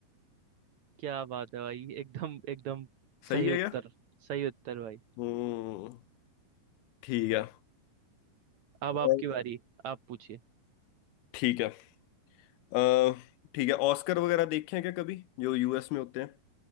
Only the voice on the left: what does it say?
सही
है
क्या
हम्म ठीक है
और-
ठीक है अ, ठीक है ऑस्कर वगैरह देखे हैं क्या कभी जो यूएस में होते हैं